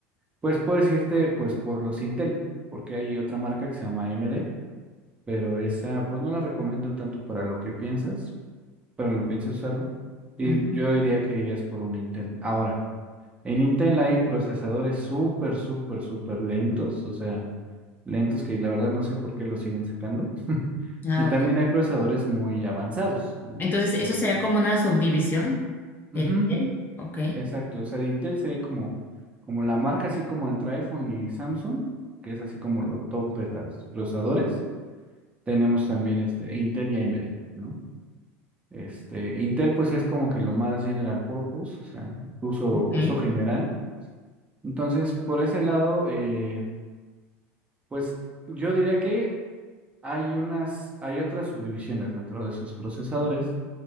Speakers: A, on the right (about 20°); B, on the left (about 30°).
A: pues puedes irte pues por los Intel, porque hay otra marca que se llama AMD, pero esa pues no la recomiendo tanto para lo que piensas, para lo que piensas usarla. Y
B: sí.
A: yo diría que irías por un Intel. Ahora, en Intel hay procesadores súper, súper, súper lentos, o sea, lentos que la verdad no sé por qué los siguen sacando. <laughs>
B: Ah,
A: Y también
B: ok.
A: hay procesadores muy avanzados, ¿no?
B: Entonces, eso
A: Que-
B: será como una subdivisión
A: Ujú,
B: del hotel. Ok,
A: exacto, o sea, de Intel sería como, como la marca, así como entre iPhone y Samsung, que es así como lo top de los procesadores. Tenemos también este, Intel y AMD, ¿no? Este, Intel pues es como que lo más general purpose, o sea, uso,
B: ok.
A: uso general. Entonces, por ese lado, eh, pues yo diría que Hay unas, hay otras subdivisiones dentro de sus procesadores